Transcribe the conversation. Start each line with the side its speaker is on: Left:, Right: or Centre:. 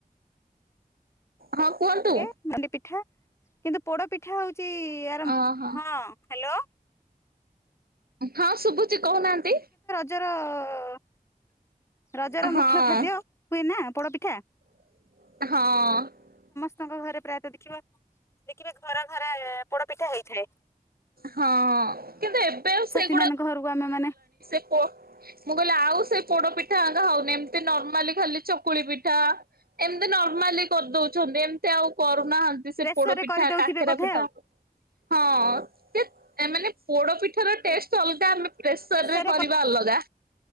Right: ହଁ କୁହନ୍ତୁ।
Left: କେ ନନ୍ଦି ପୀଠ <unintelligible> କିନ୍ତୁ ପୋଡ ପିଠା ହଉଛି ଚି ଆରେ
Right: ଓହୋ
Left: ହଁ ହ୍ୟାଲୋ
Right: ହଁ ଶୁଭୁଛିି କହୁନାହାନ୍ତି।
Left: ନିର <unintelligible> ରଜର
Right: ହଁ
Left: ମୁଖ୍ୟ ଖାଦ୍ୟ ହୁଏ ନା ପୋଡ଼ ପିଠା।
Right: ହଁ।
Left: ତାଙ୍କ ଘରେ ପ୍ରାୟତଃ ଦେଖିବା ଦେଖିବେ ଘରା ଘରା ପୋଡପିଠା ହେଇଥାଏ।
Right: ହଁ କିନ୍ତୁ ଏବେ ଆଉ ସେଇ
Left: ସେ ମାନଙ୍କ ଘରକୁ ଆମେ ମାନେ
Right: ମୁଁ କହିଲି ଆଉ ସେ ପୋଡ ପିଠାଙ୍କା ହଉନି ଏମିତି ନର୍ମାଲି ଖାଲି ଚକୁଳି ପିଠା ଏମିତି ନର୍ମାଲି କରିଦଉଛନ୍ତି ଏମିତି ଆଉ କରୁ ନାହାନ୍ତି ସେ
Left: ପ୍ରେସରରେ
Right: ପୋଡ ପିଠା
Left: କରିଦଉଥିବେ
Right: କାଖେରା
Left: ବୋଧେ
Right: ପିଠା।
Left: ଆଉ।
Right: ହଁ। ସେ ମାନେ ପୋଡ ପିଠ ର ଟେଷ୍ଟ ଅଲଗା ଆମେ ପ୍ରେସର୍
Left: ପ୍ରେସରରେ
Right: ରେ କରିବା ଅଲଗା